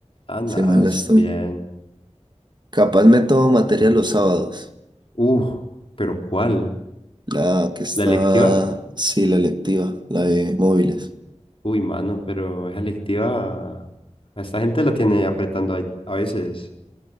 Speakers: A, on the left (about 50°); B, on the right (about 40°).
A: Ah, nada,
B: si mal no
A: es
B: estoy.
A: bien.
B: Capaz me tomo materia los sábados,
A: Uh, pero ¿cuál?
B: la que está,
A: ¿La electiva?
B: sí, la electiva, la de móviles.
A: Uy, mano, pero esa electiva, a esta gente la tiene apretando ahí a, veces.